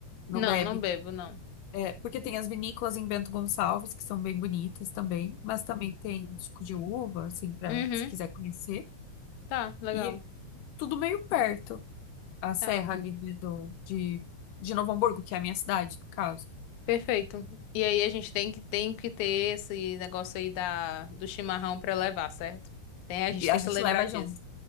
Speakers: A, on the left (about 80°); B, on the left (about 70°).
A: Não
B: Não,
A: bebe.
B: não bebo, não.
A: É, porque tem as vinícolas em Bento Gonçalves, que são bem bonitas também, mas também tem suco de uva, assim, pra,
B: Uhum,
A: se quiser conhecer.
B: tá, legal.
A: E tudo meio perto, a serra
B: Tá,
A: ali de, do, de, de Novo Hamburgo, que é a minha cidade, no caso.
B: perfeito. E aí a gente tem que, tem que ter esse negócio aí da, do chimarrão pra levar, certo? Tem, a gente
A: E
B: tem
A: a gente
B: que lembrar
A: leva
B: disso.
A: junto.